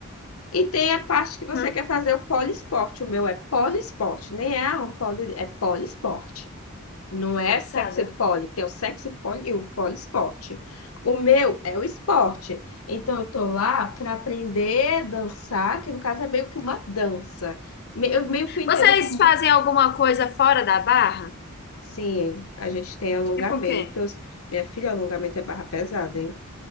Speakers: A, on the left (about 75°); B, on the left (about 50°).
A: e tem a parte que você
B: Hum,
A: quer fazer o poliesporte. O meu é poliesporte, nem é um poli, é poliesporte. Não é
B: passada.
A: sexy poly, tem o sexy poly e o poliesporte. O meu é o esporte. Então, eu tô lá para aprender a dançar, que no caso é meio que uma dança. Me- Eu meio que eu entendo
B: Vocês
A: como
B: fazem
A: uma...
B: alguma coisa fora da barra?
A: Sim, a gente tem alongamentos.
B: Tipo o quê?
A: Minha filha, alongamento é barra pesada, hein?